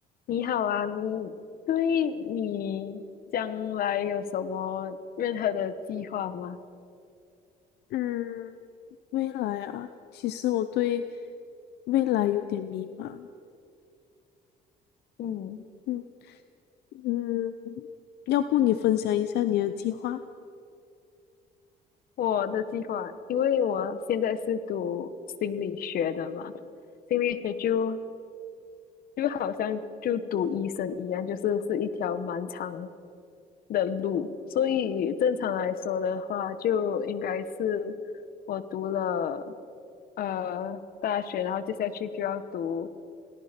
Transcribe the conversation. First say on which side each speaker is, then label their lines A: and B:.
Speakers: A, on the left; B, on the left.
A: 你好啊，你对你将来有什么任何的计划吗？
B: 嗯，未来啊，其实我对未来有点迷茫。
A: 嗯，
B: 嗯嗯，要不你分享一下你的计划？
A: 我的计划，因为我现在是读心理学的嘛，心理学就就好像就读医生一样，就是是一条蛮长的路，所以正常来说的话，就应该是我读了呃大学，然后接下去就要读。